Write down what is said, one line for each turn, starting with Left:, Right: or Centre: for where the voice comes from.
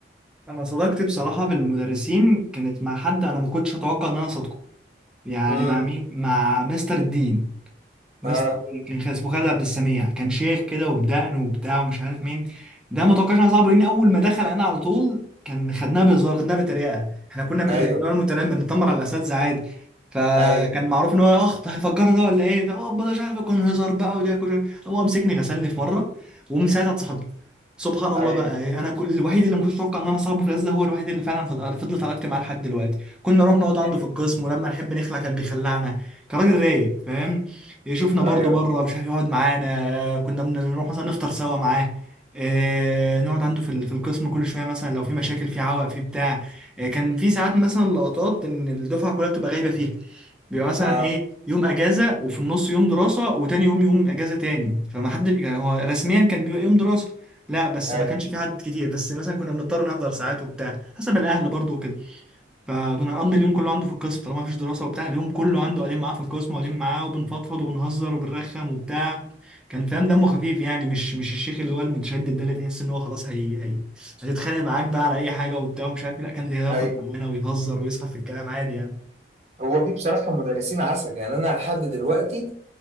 Centre: انا صداقتي بصراحه بالمدرسين كانت مع حد انا ما كنتش اتوقع ان انا صادقه يعني
Right: امم
Centre: مع مين مع مستر الدين
Right: <laughs>
Centre: مستر
Right: اه
Centre: كان كان اسمه خالد عبد السميع كان شيخ كده وبدقن وبتاع ومش عارف مين ده ما توقعش انها صعبه لان اول ما دخل انا على طول كان خدناها بهزار خدناها بطريقه احنا كنا من
Right: ايوه
Centre: النوع المتنمر بنتنمر على الاساتذه عادي فكان
Right: ايوه
Centre: معروف ان هو اخ ده هيفجرنا ده ولا ايه ده اه ده مش عارف يكون هزار بقى ودي كده هو مسكني غسلني في مره ومن ساعتها اتصاحبت سبحان الله
Right: ايوه
Centre: بقى انا كل الوحيد اللي ما كنتش اتوقع ان انا صاحبه في الازله هو الوحيد اللي فعلا فض- فضلت علاقتي معاه لحد دلوقتي كنا نروح نقعد عنده
Right: ايوه
Centre: في القسم ولما نحب نخلع كان بيخلعنا كان راجل رايق فاهم يشوفنا برضو
Right: ايوه
Centre: بره مش عارف يقعد معانا كنا بنروح مثلا نفطر سوا معاه آه، نقعد عنده في ال- في القسم كل شويه مثلا لو في مشاكل في عوق في بتاع آه، كان في ساعات مثلا لقطات ان الدفعه كلها بتبقى غايبه فيها بيبقى مثلا
Right: اه
Centre: ايه يوم اجازه وفي النص يوم دراسه وتاني يوم يوم اجازه تاني فما حد يعني هو رسميا كان بيبقى يوم دراسه لا بس
Right: ايوه
Centre: ما كانش في عدد كتير بس مثلا كنا بنضطر نحضر ساعات وبتاع حسب الاهل برضو وكده فكنا نقضي اليوم كله عنده في القسم طالما مفيش دراسة وبتاع اليوم كله عنده قاعدين معاه في القسم وقاعدين معاه وبنفضفض وبنهزر وبنرخم وبتاع كان فاهم دمه خفيف يعني مش مش الشيخ اللي هو المتشدد ده اللي تحس ان هو خلاص هي هي هتتخانق معاك بقى على اي حاجة وبتاع ومش عارف إيه. لا كان بياخد
Right: ايوه
Centre: معانا ويهزر ويسخف في الكلام عادي يعني
Right: هو في بصراحة مدرسين عسل يعني أنا لحد دلوقتي